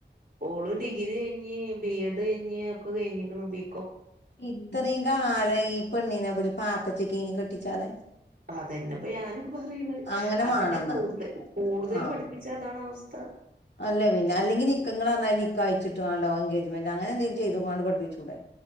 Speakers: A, on the right; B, on the left.
A: ഓള് ഡിഗ്രി കഴിഞ്ഞ് ബി എഡ് കഴിഞ്ഞ് ഒക്കെ കഴിഞ്ഞിക്ക്ണ് ബി
B: ഇത്രയും കാലം ഈ പെണ്ണീനെ ഇബല് പാത്തച്ചെ ക്കെനി കെട്ടിച്ചാതെ
A: അതന്നെപ്പ ഞാനും പറയണുന്നത്
B: അങ്ങനെ
A: അതെന്നെ
B: മാണംന്നാ
A: കൂടുതൽ കൂടുതൽ
B: ആഹ്
A: പഠിപ്പിച്ച ഇതാണ് അവസ്ഥ
B: അല്ല പിന്നെ അല്ലെങ്കിൽ നിക്ക ങ്ങൾ പറഞ്ഞ മാതിരി നിക്കാഹ്‌ കഴിച്ചിട്ടാണ്ടോ എൻഗേജ്മെന്റ് അങ്ങനെ എന്തെലും ചെയ്ത്കാണ്ട് പഠപ്പിചൂടെ